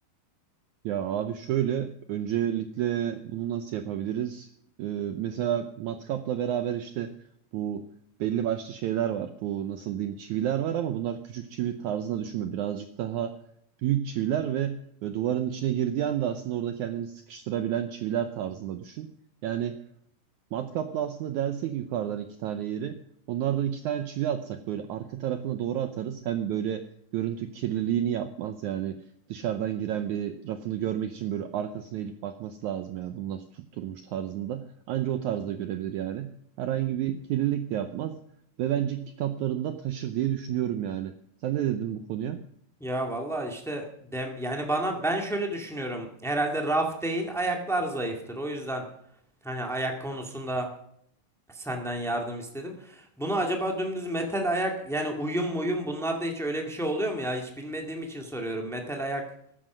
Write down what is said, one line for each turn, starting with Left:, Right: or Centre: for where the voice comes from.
Right: Ya abi şöyle öncelikle bunu nasıl yapabiliriz? Ee, mesela matkapla beraber işte bu belli başlı şeyler var. Bu nasıl diyeyim çiviler var ama bunlar küçük çivi tarzına düşünme. Birazcık daha büyük çiviler ve, ve duvarın içine girdiği anda aslında orada kendini sıkıştırabilen çiviler tarzında düşün. Yani Matkapla aslında delsek yukarıdan iki tane yeri. Onlardan iki tane çivi atsak böyle arka tarafına doğru atarız. Hem böyle görüntü kirliliğini yapmaz yani. Dışarıdan giren bir rafını görmek için böyle arkasına eğilip bakması lazım ya Bunu nasıl tutturmuş tarzında. Anca o tarzda görebilir yani. Herhangi bir kirlilik de yapmaz. Ve bence kitaplarında taşır diye düşünüyorum yani. Sen ne dedin bu konuya?
Centre: Ya valla işte dem yani bana ben şöyle düşünüyorum. Herhalde raf değil ayaklar zayıftır. O yüzden hani ayak konusunda Senden yardım istedim. Bunu acaba dümdüz metal ayak yani uyum muyum bunlarda hiç öyle bir şey oluyor mu ya? Hiç bilmediğim için soruyorum. Metal ayak